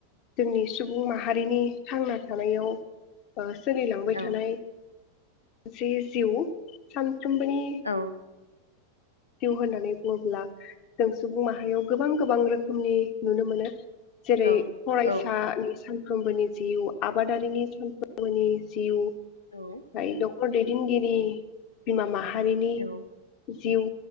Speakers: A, on the left (about 40°); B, on the left (about 85°).
A: जोंनि सुबुं माहारिनि थांना थानायाव ओ सोलिलांबाय
B: औ
A: थानाय मोनसे जिउ सान फ्रोमबोनि
B: औ
A: जिउ होननानै बुङोब्ला जों सुबुं माहारियाव गोबां गोबां रोखोमनि नुनो मोनो। जेरै
B: औ
A: फरायसानि
B: औ
A: सानफ्रोमबोनि जिउ आबादारिनि सानफ्रोमबोनि जिउ
B: औ
A: जाय दखर दैदेनगिरि बिमामा हारिनि
B: औ
A: जिउ।